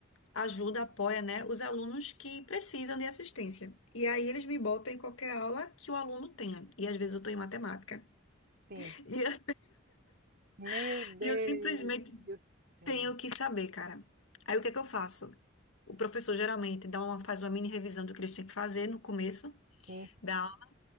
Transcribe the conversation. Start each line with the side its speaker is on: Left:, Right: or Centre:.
Left: ajuda, apoia, né, os alunos que precisam de assistência. E aí eles me botam em qualquer aula que o aluno tenha. E às vezes eu tô em matemática.
Right: sim.
Left: E eu,
Right: Meu
Left: <laughs>
Right: Deus
Left: e eu simplesmente
Right: do céu.
Left: Tenho que saber, cara. Aí o que é que eu faço? O professor geralmente dá uma, faz uma mini revisão do que eles têm que fazer no começo
Right: Sim,
Left: da aula.